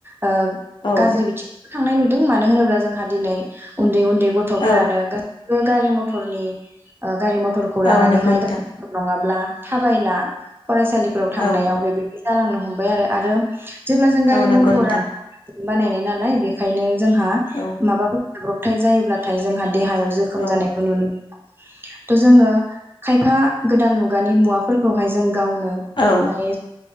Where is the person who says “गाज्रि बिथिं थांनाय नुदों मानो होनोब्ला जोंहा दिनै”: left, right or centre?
Right